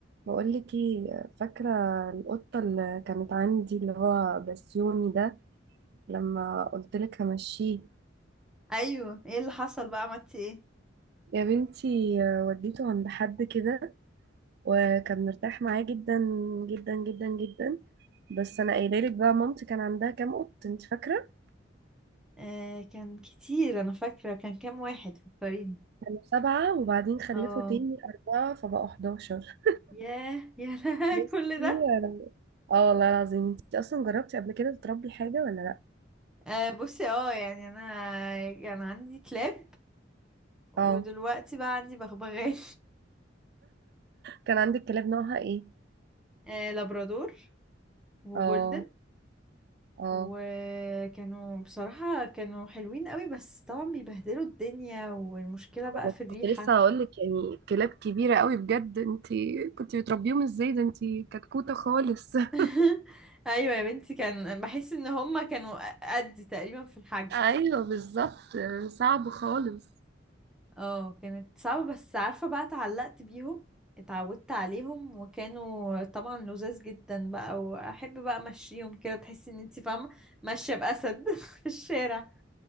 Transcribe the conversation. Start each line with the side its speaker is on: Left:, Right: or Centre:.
Right: بقول لك ايه فاكره القطه اللي كانت عندي اللي هو بسيوني ده لما قلت لك همشيه
Centre: ايوه ايه اللي حصل بقى عملتي ايه
Right: يا بنتي وديته عند حد كده وكان مرتاح معاه جدا جدا جدا جدا بس انا قايله لك بقى مامتي كان عندها كام قط انت فاكره
Centre: آه كان كتير انا فاكره كان كام واحد فكريني
Right: كانوا سبعه وبعدين خلفوا
Centre: اه
Right: تاني اربعه فبقوا 11
Centre: ياه يا لها
Right: بصي
Centre: <laughs> كل ده
Right: أنا- اه والله العظيم انت اصلا جربتي قبل كده تربي حاجه ولا لا
Centre: آه بصي اه يعني انا كان عندي كلاب ودلوقتي
Right: اه
Centre: بقى عندي بغبغان
Right: كان عندك كلاب نوعها ايه
Centre: <laughs> آه لابرادور وجولدن
Right: اه اه
Centre: وكانوا بصراحة كانوا حلوين قوي بس طبعا بيبهدلوا الدنيا والمشكلة بقى
Right: انا
Centre: في الريحة
Right: كنت لسه هقول لك يعني كلاب كبيره قوي بجد انت كنت بتربيهم ازاي ده انت كتكوته خالص <laughs>
Centre: <laughs> ايوه يا بنتي كان بحس ان هما كانوا قدي تقريبا في الحجم
Right: ايوه بالظبط صعب خالص
Centre: اه كانت صعبة بس عارفة بقى اتعلقت بيهم اتعودت عليهم وكانوا طبعا لذاذ جدا بقى واحب بقى امشيهم كده تحسي ان انتي فاهمة ماشية بأسد <laughs> في الشارع